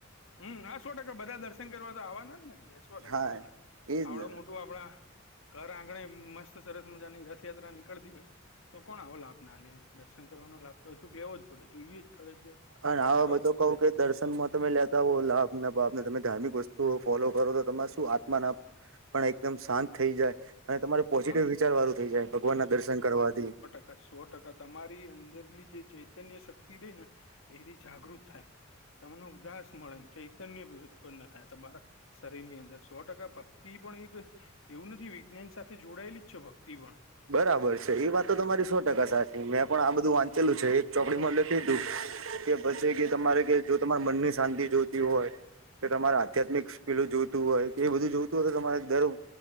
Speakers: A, on the left; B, on the right.
A: હં હા સો ટકા બધા દર્શન કરવા તો આવાના જ ને યા સો ટકા
B: હા
A: આવાના
B: એજ
A: આવડુ
B: ને
A: મોટું આપડા ઘર આંગણે મસ્ત સરસ મજાની રથયાત્રા નીકળતી હોય તો કોણ આવો લાભ ના લે એમ દર્શન કરવાનો લાભતો તો કે લેવો જ પડે જોઈએ જ ફરજિયાત
B: અને આવા
A: કરવા
B: માં તો
A: જ જવું
B: કઉ
A: પડે
B: કે દર્શનમાં તમે લેતા હો લાભ ને બાભ ને તમે ધાર્મિક વસ તુઓ ફોલો કરો તો તમાર શું આત્મા ને આમ પણ એકદમ શાંત થઈ જાય અને તમારું પોઝિટિવ
A: હ
B: વિચાર વારું થઈ જાય ભગવાનના દર્શન કરવાથી.
A: આ સો ટકા તમારી અંદરની જે ચૈતન્ય શક્તિ રેય ને એથી જાગૃત થાય તમને ઉદાસ મળે ચૈતન્ય બી ઉત્પન્ન થાય તમારા શરીરની અંદર સો ટકા ભક્તિ પણ એક એવું નથી વિજ્ઞાન સાથે જોડાયેલી જ છે ભક્તિ પણ
B: બરાબર છે એ વાત તો તમારી સો ટકા સાચી મેં પણ આ બધું વાંચેલું છે ચોપડીમાં લખે તું કે પછી કે તમારે કે જો તમારા મનની શાંતિ જોતી હોય કે તમારે આધ્યાત્મિક <unintelligible> જોતું હોય એ બધું જોતું હોય તો તમારે દર